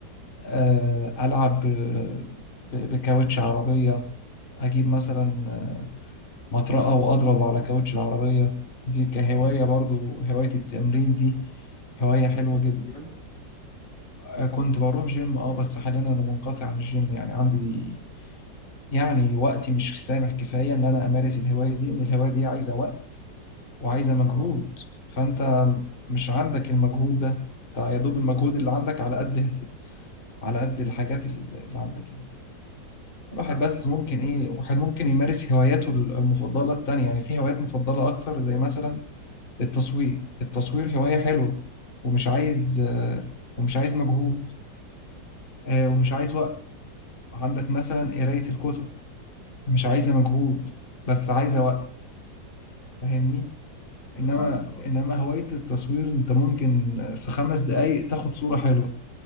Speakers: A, on the left (about 30°); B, on the left (about 75°).
A: آه، ألعب ب- ب- بكاوتش عربية أجيب مثلا آه، مطرقة وأضرب على كاوتش العربية دي كهواية
B: اه آه،
A: برضو
B: فاهم
A: هواية التمرين دي هواية حلوة
B: انت بتنزل
A: جدا
B: الجيم
A: آه، كنت بروح جيم اه بس حاليا أنا منقطع عن الجيم يعني عندي يعني وقتي مش سامح كفاية إن أنا أمارس الهواية دي إن الهواية دي عايزة وقت وعايزة مجهود
B: اه
A: فأنت مش عندك المجهود ده أنت يا دوب المجهود اللي عندك على قد على قد الحاجات اللي اللي عندك يعني الواحد
B: فاهمك
A: بس ممكن
B: اه
A: إيه واحد ممكن يمارس هواياته المفضلة التانية يعني في هوايات مفضلة أكتر زي مثلا التصوير التصوير هواية حلوة ومش عايز آه، ومش عايز مجهود آه، ومش عايز وقت عندك مثلا قراية الكتب مش عايزة مجهود بس عايزة وقت فاهمني انما
B: فاهمك اه
A: انما هواية التصوير انت ممكن في خمس دقايق تاخد صورة حلوة